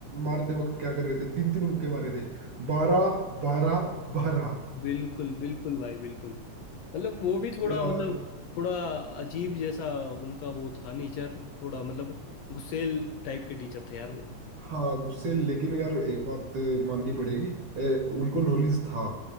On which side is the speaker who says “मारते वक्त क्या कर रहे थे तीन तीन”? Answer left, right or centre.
Right